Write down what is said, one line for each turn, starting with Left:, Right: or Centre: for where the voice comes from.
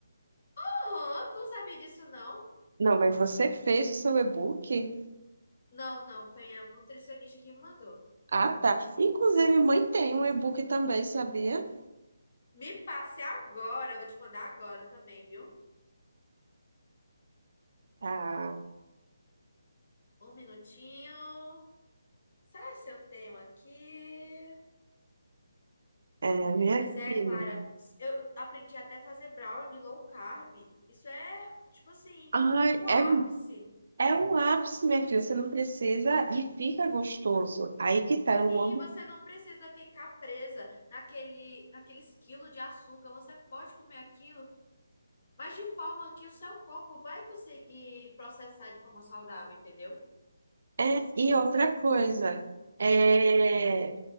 Left: Aham, tu não sabia disso, não?
Right: Não, mas você fez o seu e-book?
Left: Não, não, foi a nutricionista que me mandou.
Right: Ah, tá. Inclusive, mãe tem um e-book também, sabia?
Left: Me passe agora, eu vou te mandar agora também, viu?
Right: Tá.
Left: Um minutinho. Será que eu tenho aqui?
Right: É, minha
Left: Pois é,
Right: filha.
Left: Clara, eu aprendi até a fazer brownie low carb. Isso é, tipo assim,
Right: Ai,
Left: o
Right: é,
Left: ápice.
Right: é um ápice, minha filha. Você não precisa e fica gostoso. Aí que tá,
Left: Sim,
Right: eu amo.
Left: você não precisa ficar presa naquele, naqueles quilos de açúcar. Você pode comer aquilo, mas de forma que o seu corpo vai conseguir processar de forma saudável, entendeu?
Right: É, e outra coisa, é,